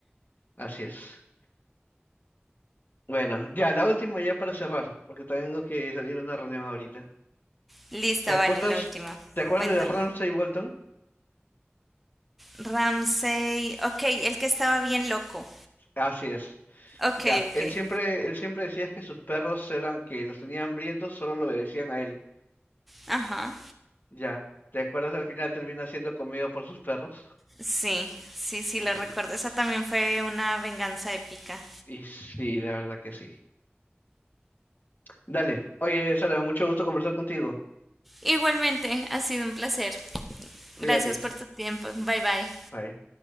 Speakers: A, on the left; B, in the centre.
A: así es. Bueno, ya, la última ya para cerrar, porque tengo que salir a una reunión ahorita.
B: Listo,
A: ¿Te acuerdas,
B: vale, la última.
A: te acuerdas
B: Cuéntame.
A: de Ramsay Bolton?
B: Ramsey. Ok, el que estaba bien loco.
A: Así es.
B: Ok,
A: Ya,
B: ok.
A: él siempre, él siempre decía que sus perros eran, que los tenían hambrientos, solo lo obedecían a él.
B: Ajá.
A: Ya, ¿te acuerdas? Al final termina siendo comido por sus perros. <laughs>
B: Sí, sí, sí,
A: Y
B: lo
A: sí,
B: recuerdo. Esa también fue una venganza épica.
A: y sí, la verdad que sí. Dale, oye, Sara, mucho gusto conversar contigo.
B: Igualmente, ha sido un placer.
A: Cuídate.
B: Gracias por tu tiempo. Bye bye.
A: Bye.